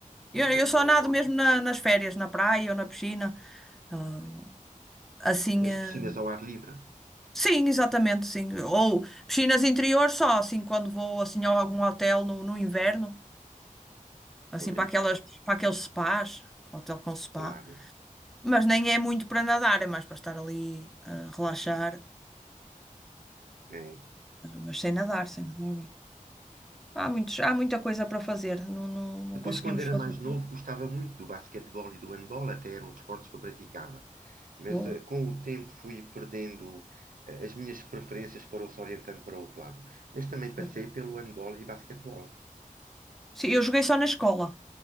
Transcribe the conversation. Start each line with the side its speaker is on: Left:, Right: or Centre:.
Right: o
Centre: Eu,
Right: crawl,
Centre: eu só nado
Right: e-
Centre: mesmo na- nas férias, na praia ou na piscina. Ah, assim.
Right: mas nas
Centre: eh,
Right: piscinas ao ar livre,
Centre: sim, exatamente, sim. Ou piscinas interiores só, assim, quando vou assim a algum hotel no, no inverno. Assim,
Right: pois,
Centre: para aquelas, para aqueles spas. Hotel com spa.
Right: claro,
Centre: Mas nem é muito para nadar, é mais para estar ali a relaxar.
Right: é.
Centre: Mas sem nadar, sem nadar bem. Há muitos, há muita coisa para fazer. Não, não, não
Right: Depois,
Centre: conseguimos
Right: quando era
Centre: fazer.
Right: mais
Centre: tudo.
Right: novo, gostava muito do basquetebol e do handball, até eram desportos que eu praticava. Mas
Centre: Boa.
Right: eh, com o tempo fui perdendo, eh, as minhas preferências foram-se orientando para outro lado. Mas também
Centre: boa.
Right: passei pelo handball e basquetebol.
Centre: Sim, eu joguei só na escola.